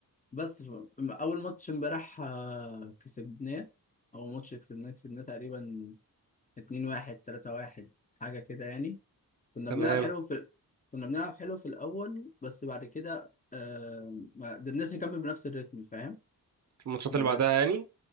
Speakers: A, on the left; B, on the right.
A: بس ف- اول ماتش امبارح آه، كسبناه اول ماتش كسبناه كسبناه تقريبا 2-1 3-1 حاجه كده يعني كنا
B: تمام
A: بنلعب حلو في كنا بنلعب حلو في الأول بس بعد كده آه... ما قدرناش نكمل بنفس الريتم فاهم؟
B: الماتشات
A: ما
B: اللي
A: قدر...
B: بعدها يعني